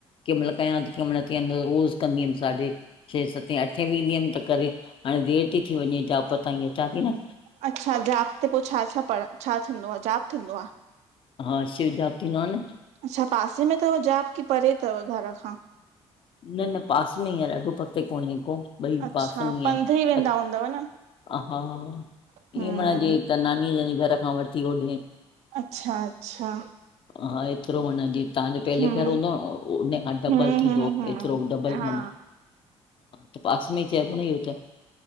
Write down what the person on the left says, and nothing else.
केंमहिल कयां ती केंमहिल कियं नत रोज़ कंदी हुम साढ़े छहें सते अठें भी ईंदीयम त करे, हाणे देरि ती थी वञे जाप ताईं अचां ती न
हा, शिव जाप थींदो आ न,
न -न पास में ई आ, ॾाढो परते कोन्हे को। ॿई
पास में ई
आहिनि,
ह हा
ईअं माना जिअं त नानीअ जन जे घर खां वठी होॾे
हा, एतिरो माना जीअं तव्हांजो पहले
घर हूंदो हो उन खां डबल
थींदो।
एतरो डबल
माना पास में ई चेबो न ईयो त।